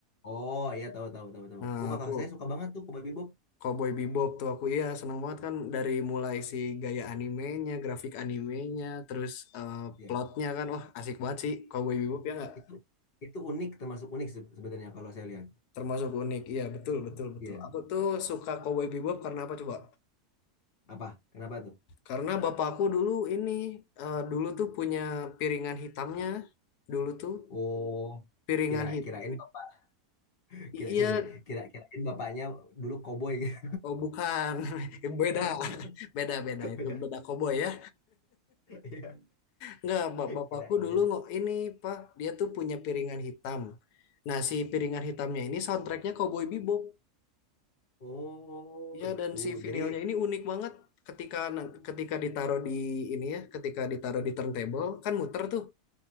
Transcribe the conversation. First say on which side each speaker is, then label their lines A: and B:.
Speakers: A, on the left; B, on the left.
A: Oh iya tahu tahu tahu tahu.
B: Nah,
A: Oh kakak
B: aku
A: saya suka banget tuh Cowboy Bebop.
B: Cowboy Bebop tuh aku iya seneng banget kan dari mulai si gaya animenya, grafik animenya, terus eh,
A: Iya.
B: plotnya kan, wah asik banget sih Cowboy Bebop ya nggak?
A: Itu itu unik termasuk unik se- sebenarnya kalau saya lihat.
B: Termasuk unik, iya betul betul betul.
A: Iya.
B: Aku tuh suka Cowboy Bebop karena apa coba?
A: Apa? Kenapa tuh?
B: Karena bapakku dulu ini, eh, dulu tuh punya piringan hitamnya, dulu tuh
A: Oh
B: piringan
A: kira
B: hit
A: kirain bapak <laughs>
B: I-
A: kira
B: Iya,
A: sorry, sorry. kira kirain bapaknya dulu koboi gitu.
B: oh bukan, <laughs> beda,
A: <laughs>
B: beda, beda itu
A: Beda.
B: beda koboi ya.
A: Iya.
B: Enggak, bap- bapakku
A: Kirain.
B: dulu ngo- ini Pak, dia tuh punya piringan hitam. Nah, si piringan hitamnya ini soundtracknya Cowboy Bebop.
A: Oh
B: Ya,
A: itu.
B: dan si vinilnya
A: Jadi
B: ini unik banget. Ketika nan- ketika ditaruh di ini ya, ketika ditaruh di turntable kan muter tuh.